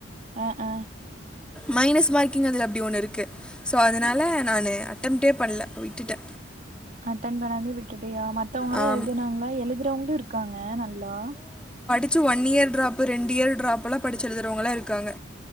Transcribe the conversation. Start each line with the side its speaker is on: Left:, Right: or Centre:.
Right: ஆ ஆ
Centre: மைனஸ் மார்க்கிங் அதுல அப்டி ஒண்ணு இருக்கு சோ அதுனால நானு அட்டம்ட்டே பண்ல விட்டுட்ட
Right: அட்டன் பண்ணாமே விட்டுட் அப்டியா மத்தவுங்களே
Centre: ஆம்
Right: எழ்துனாங்ளா எழுத்றவுங்ளுருக் க்காங்க ந ஹலோ
Centre: ச்சு ஒன் இயர் ட்ராப்பு ரெண்டு இயர் ட்ராப்புலாம் படுச்சு எழுதுறவுங்களா இருக்காங்க